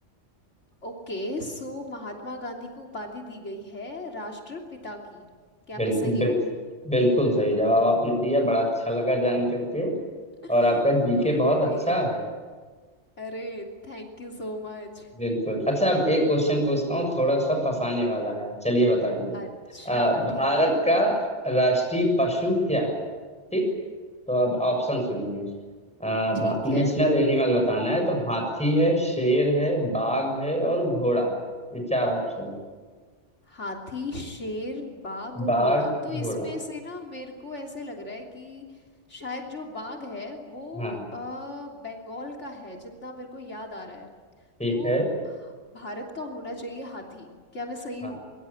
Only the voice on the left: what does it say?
Okay so Mahatma Gandhi को उपाधि दी गई है राष्ट्रपिता की क्या
मैं सही
हूँ
<laughs>
ओके
अरे थैंक यू सो मच
अच्छा
ठीक है
ठीक
है
हाथी शेर बाघ और
घोड़ा तो इसमें
से ना मेरे को ऐसे लग रहा है कि शायद जो बाघ है वो
अ, बंगाल का है जितना मेरे को याद आ रहा है
तो
भारत का होना चाहिए हाथी क्या मैं सही